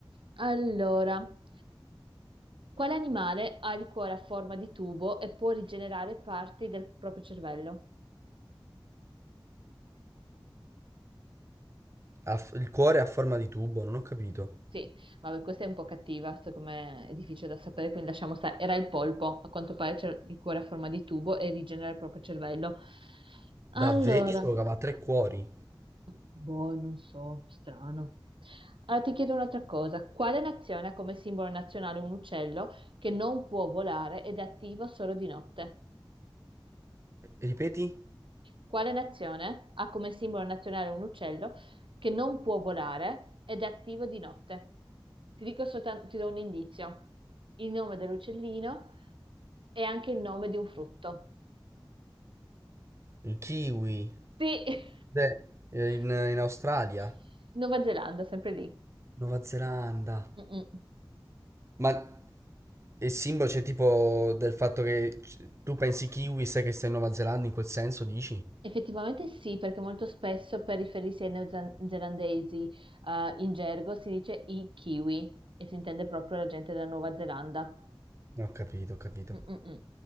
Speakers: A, on the right; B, on the right.
A: Allora, quale animale ha il cuore a forma di tubo e può rigenerare parti del proprio cervello?
B: Ha f- il cuore a forma di tubo, non ho capito.
A: Sì, vabbè, questa è un po' cattiva, secondo me è difficile da sapere, quindi lasciamo stare. Era il polpo, a quanto pare c'è il cuore a forma di tubo e rigenera il proprio cervello.
B: Davvero?
A: Allora,
B: Io sapevo che aveva tre cuori.
A: boh, non so, strano. Allora ti chiedo un'altra cosa. Quale nazione ha come simbolo nazionale un uccello che non può volare ed è attivo solo di notte?
B: Ripeti?
A: Quale nazione ha come simbolo nazionale un uccello che non può volare ed è attivo di notte? Ti dico soltanto, ti do un indizio. Il nome dell'uccellino è anche il nome di un frutto.
B: Il kiwi.
A: Sì,
B: Beh, eh, in,
A: <laughs>
B: in Australia.
A: Nuova Zelanda, sempre lì.
B: Nuova Zelanda.
A: Mm-mm.
B: Ma il simbolo c'è tipo del fatto che c- tu pensi kiwi, sai che stai in Nuova Zelanda, in quel senso dici?
A: Effettivamente sì, perché molto spesso per riferirsi ai neozelandesi eh, in gergo si dice i kiwi e si intende proprio la gente della Nuova Zelanda.
B: No, Ho capito, ho capito.
A: Mm, mm, mm.